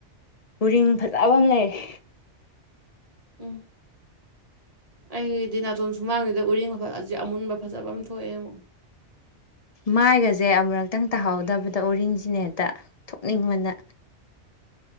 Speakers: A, on the left; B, on the right.
A: ꯎꯔꯤꯡ ꯐꯖꯕ ꯑꯃ ꯂꯩꯔꯦ
B: ꯎꯝ ꯑꯩꯒꯤꯗꯤ ꯅꯥꯇꯣꯟ ꯁꯨꯃꯥꯡꯁꯤꯗ ꯎꯔꯤꯡ ꯑꯃꯨꯟꯕ ꯐꯖꯕ ꯑꯃ ꯊꯣꯛꯑꯦ ꯑꯃꯨꯛ
A: ꯃꯥꯏꯒꯁꯦ ꯑꯃꯨꯨꯔꯛꯇꯪ ꯇꯥꯍꯧꯗꯕꯗ ꯑꯣꯔꯤꯡꯁꯤꯅ ꯍꯦꯛꯇ ꯊꯣꯛꯅꯤꯡꯕꯅ